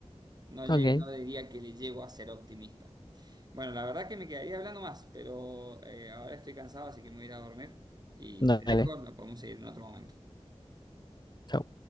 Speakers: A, on the right (about 35°); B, on the left (about 40°).
A: No, lle-
B: ok,
A: no diría que le llego a ser optimista. Bueno, la verdad que me quedaría hablando más, pero eh, ahora estoy cansado, así que me voy a ir a dormir. Y
B: dale,
A: te dejo, lo podemos seguir en otro momento.
B: chau.